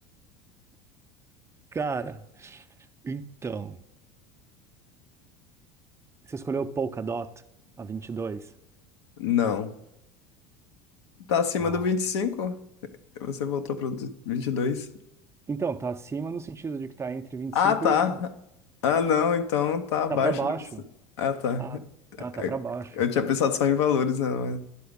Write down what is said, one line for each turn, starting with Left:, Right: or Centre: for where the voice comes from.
Right: Cara, então. Você escolheu Polkadot, a 22.
Left: <laughs> Não. Tá acima
Right: Ah,
Left: do vinte e cinco Você voltou pro vinte e dois
Right: Então, tá acima no sentido de que tá entre 25
Left: Ah, tá.
Right: e 1.
Left: Ah, não, então tá abaixo
Right: Tá pra baixo.
Left: do 25. Ah, tá.
Right: Ah, ah, tá
Left: É,
Right: pra baixo.
Left: Eu tinha pensado só em valores, né? Mas